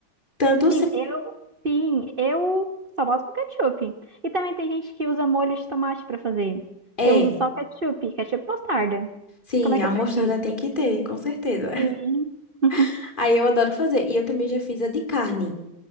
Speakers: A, on the left; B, on the right.
A: Tanto
B: Sim, eu, sim, eu só boto com ketchup. E também tem gente que usa molho de tomate pra fazer.
A: É,
B: Eu uso só ketchup, ketchup e mostarda.
A: sim,
B: Como é
A: a
B: que é pra
A: mostarda
B: ti?
A: tem que ter, com certeza.
B: Sim. <laughs>
A: <laughs> Aí eu adoro fazer. E eu também já fiz a de carne.